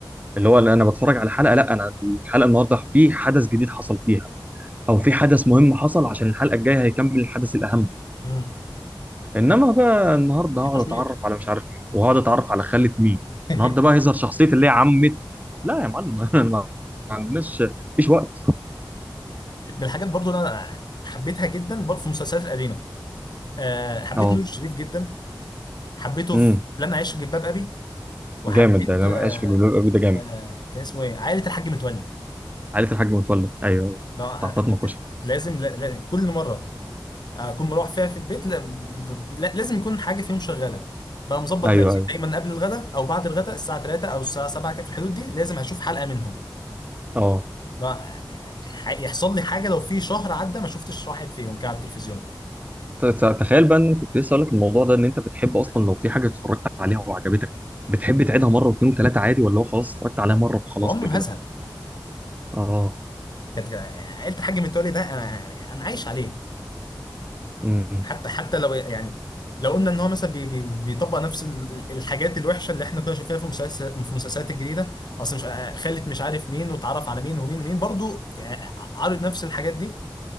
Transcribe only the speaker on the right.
اللي هو اللي انا بتفرج على حلقة لا انا الحلقة النهاردة في حدث جديد حصل فيها او في حدث مهم حصل عشان الحلقة الجاية هيكمل الحدث الاهم
انما بقى النهارده
هقعد
اتعرف على مش عارف مين وهقعد اتعرف على خالة مين
النهارده بقى هيظهر شخصية اللي هي عمته لا يا معلم <laughs> ما عندناش مفيش وقت
اه
امم
جامد ده انا
ما في جمهور ابي ده جامد
عائلة الحاج متولد ايوه ايوه
بتاع فاطمة
كشري
ايوه
ايوه
اه
ت- ت- تخيل بقى ان انا كنت لسه اقول لك الموضوع ده ان انت بتحب اصلا لو في حاجة اتفرجت عليها وعجبتك بتحب تعيدها مرة واثنين وثلاثة عادي ولا هو خلاص اتفرجت عليها
مرة فخلاص
انا
كده
اه
امم